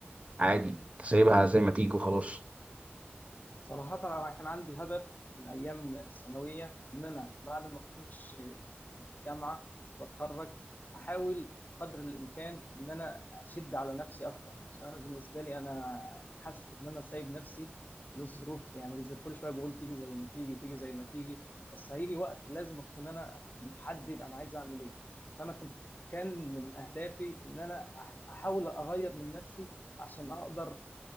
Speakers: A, on the right; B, on the left.
A: عادي انت سايبها زي ما تيجي وخلاص
B: صراحة أنا كان عندي هدف من أيام الثانوية إن أنا بعد ما أخش الجامعة وأتخرج أحاول بقدر الإمكان إن أنا أشد على نفسي أكتر عشان أنا بالنسبة لي أنا حاسس إن أنا سايب نفسي للظروف يعني زي- كل شوية بقول تيجي زي ما تيجي تيجي زي ما تيجي بس هيجي وقت لازم أكون أنا محدد أنا عايز أعمل إيه أنا كنت كان من أهدافي إن أنا أح- أحاول أغير من نفسي عشان أقدر